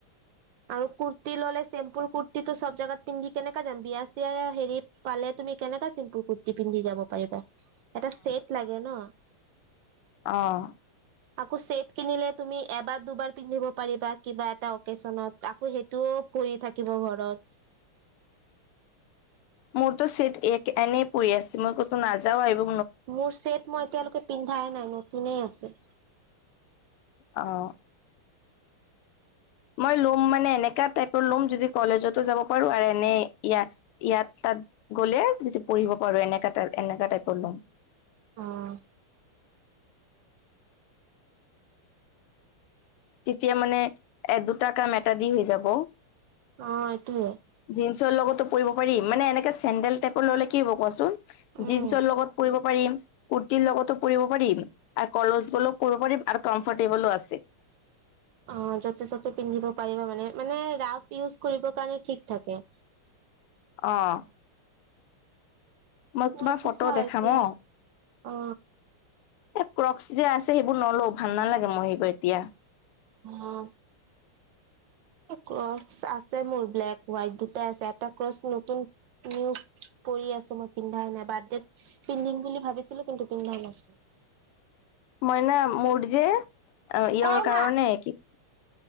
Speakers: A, on the right; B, on the left.
A: আৰু কুৰ্তি ললে চিম্পুল কুৰ্তীটো চব জোগাত পিন্ধি কেনেকা যাম বিয়া চিয়া হেৰি পালে তুমি কেনেককা চিম্পুল কুৰ্তি পিন্ধি যাব পাৰিবা, এটা চেট লাগে ন।
B: আহ,
A: আকৌ চেট কিনিলে তুমি এবাৰ দুবাৰ পিন্ধিব পাৰিবা কিবা এটা অকেজনত আকৌ সেইটোও পৰি থাকিব ঘৰত
B: মোৰতো চেট এনেই পৰি আছে মই কতো নাযাও আহিব
A: মোৰ চেট মই এতিয়ালৈকে পিন্ধাই নাই নতুনে আছে
B: অ', মই ল'ম মানে এনেকা টাইপৰ ল'ম যদি কলেজতো যাব পাৰো আৰু এ ন ইয়াত ইয়াত গ'লে পঢ়িব পাৰো এনেকা এনেকা টাইপৰ লম
A: উম
B: তেতিয়া মানে এ দুটা কাম এটা দি হৈ যাব
A: অ এইটোয়ে
B: জিস্নৰ লগতো কৰিব পাৰি মানে এনেকা চেণ্ডেল টাইপৰ ল'লে কি হ'ব কোৱাচোন
A: উম।
B: জিনচ্ লগত কৰি ম কুৰ্তিৰ লগতো পুব পাৰিম আৰু কলচ গলো পব পাৰিম আৰু কমফৰ্টেবলো আছে
A: অ', য'তে ত'তে পিন্ধিব পাৰিবা মানে মানে ৰাফ ইউজ কৰিব কাৰণে ঠিক থাকে <inaudible>
B: অহ, মই
A: মইতো
B: তোমাৰ ফটো
A: চাও
B: দেখাম
A: এতিয়া
B: অ',
A: অ
B: এ ক্ৰ অ্সি যে আছে সেইবোৰ নলওঁ ভাল নালাগে মই সেই কৰ এতিয়া
A: অ', ক্ৰচ আছে মোৰ ব্লেক হোৱাইট দুটাই আছে এটা ক্ৰচ নতুন নিউ পৰি আছো মই পিন্ধাই নাই বাৰ্থডেত পিন্ধিম বুলি ভাবিছিলো কিন্তু পিন্ধা নাছিলো <inaudible>
B: মইনা মোৰ যে ইয়ৰ
A: কও
B: কাৰণে,
A: না
B: কি